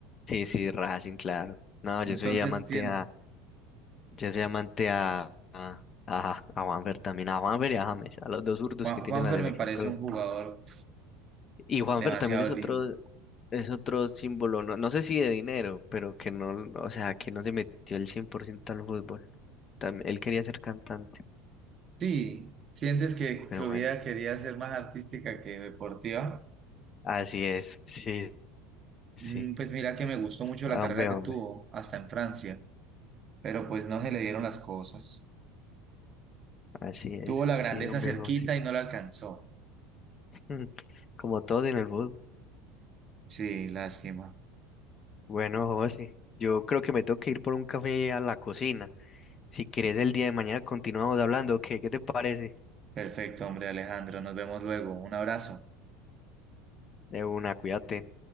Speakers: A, on the left; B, on the right.
A: Sí, sí, Racing, claro. No, yo
B: Entonces,
A: soy amante
B: sí,
A: a, yo soy amante a, a, a, a Juanfer también, a Juanfer y a James, a los dos zurdos
B: Juan,
A: que tiene
B: Juanfer
A: la selección
B: me parece
A: Colombia.
B: un jugador
A: Y Juanfer
B: demasiado
A: también es otro,
B: lindo.
A: es otro símbolo, no, no sé si de dinero, pero que no, o sea, que no se metió el 100% al fútbol. También, él quería ser cantante,
B: Sí, ¿sientes que
A: pero
B: su
A: bueno,
B: vida quería ser más artística que deportiva?
A: así es, sí, sí.
B: Mm, Pues mira que me gustó mucho
A: Hombre,
B: la carrera que
A: hombre,
B: tuvo, hasta en Francia, pero pues no se le dieron las cosas.
A: así es,
B: Tuvo la
A: sí,
B: grandeza
A: hombre,
B: cerquita
A: hombre, sí.
B: y no la alcanzó.
A: <laughs> Como todos en el fútbol.
B: Sí, lástima.
A: Bueno, José, yo creo que me tengo que ir por un café a la cocina. Si quieres el día de mañana continuamos hablando, ¿qué, qué te parece?
B: Perfecto, hombre Alejandro, nos vemos luego. Un abrazo.
A: De una, cuídate.